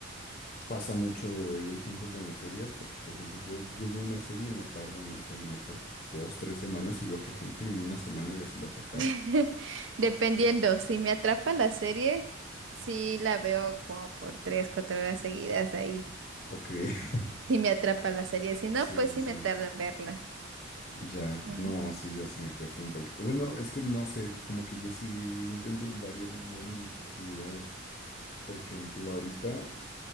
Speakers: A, on the left (about 40°); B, on the right (about 65°).
A: pasa mucho ahí el tiempo con las series, porque, por ejemplo, yo, yo veo una serie y me tardo, no sé, a lo mejor dos, tres semanas y veo que gente en una semana ya se las acaba.
B: <laughs> Dependiendo, si me atrapa la serie, sí la veo como por tres, cuatro horas seguidas ahí.
A: Ok. <laughs>
B: Si me atrapa la serie, si no,
A: Sí,
B: pues
A: sí,
B: sí
A: sí.
B: me tardo en verla.
A: Ya,
B: Mm.
A: no, sí, yo sí me cuesta un poquito. Bueno, es que no sé, como que yo sí intento variar un buen en mis actividades. Por ejemplo, ahorita,